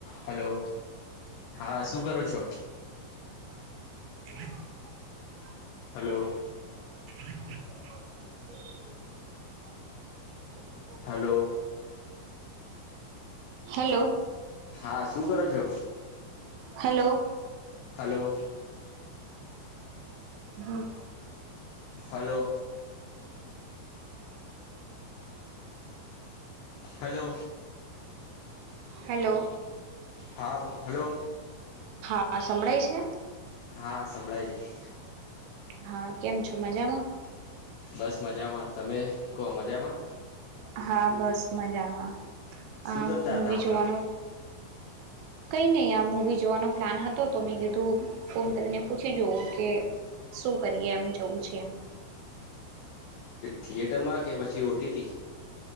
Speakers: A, on the left; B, on the right.
A: Hello હા શું કરો છો?
B: <inaudible>
A: હલો
B: <inaudible>
A: હલો
B: હેલો
A: હા શું કરો છો
B: hello
A: hello,
B: hmm
A: hello hello
B: hello.
A: હા હલો
B: આ સંભળાય છે.
A: હા સંભળાય છે.
B: હા કેમ છો મજામાં
A: બસ મજામાં તમે કો મજામાં
B: હા બસ મજામાં
A: શું
B: આ
A: કરતા
B: મવી
A: હતા હમણાં
B: જોવાનો કઈ નહી આ મૂવી જોવાનો પ્લાન હતો તો મેં કીધું ફોન કરીને પૂછી જવ કે શું કરીએ એમ જવું છે એમ
A: થિયેટર માં કે પછી ઓટીટી